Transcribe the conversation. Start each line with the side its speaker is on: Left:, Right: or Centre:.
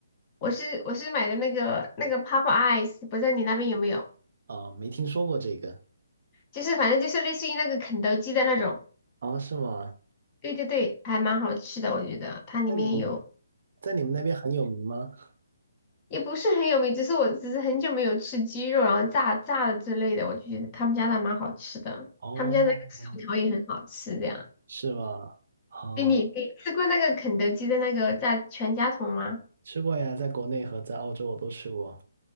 Left: 我是我是买的那个那个 Pop Eyes，不知道你那边有没有？
Right: 哦，没听说过这个。
Left: 就是反正就是类似于那个肯德基的那种，
Right: 哦，是吗？
Left: 对对对，还蛮好吃的，我觉得它里面有。
Right: 在你们在你们那边很有名吗？
Left: 也不是很有名，只是我只是很久没有吃鸡肉，然后炸炸的之类的，我就觉得他们家的蛮好吃的，
Right: 哦，
Left: 他们家的那个薯条也很好吃，这样。
Right: 是吗？哦，
Left: 对你你吃过那个肯德基的那个炸全家桶吗？
Right: 吃过呀，在国内和在澳洲我都吃过。